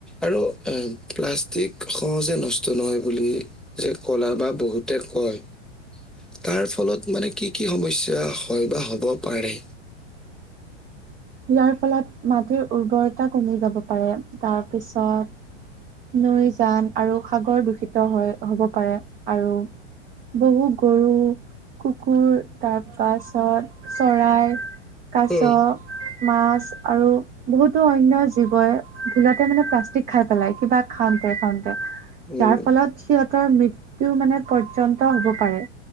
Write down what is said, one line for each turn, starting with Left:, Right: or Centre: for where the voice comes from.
Centre: আৰু এ প্লাষ্টিক সহজে নষ্ট নহয় বুলি, যে কলা বা বহুতে কয়, তাৰ ফলত মানে কি কি সমস্যা হয় বা হ'ব পাৰে।
Right: ইয়াৰ ফলত মাটিৰ উৰ্বৰতা কমি যাব পাৰে তাৰ পিছত, নৈ জান আৰু সাগৰ দূষিত হয়, হ'ব পাৰে। আৰু, বহু গৰু কুকুৰ তাৰ পাছত চৰাই, কাছ,
Centre: উম,
Right: মাছ আৰু বহুতো অন্য জীৱই, ভুলতে মানে প্লাষ্টিক খাই পেলাই। কিবা খাওঁতে খাওঁতে
Centre: উম,
Right: যাৰ ফলত সিহতৰ মৃত্যু মানে পৰ্যন্ত হ'ব পাৰে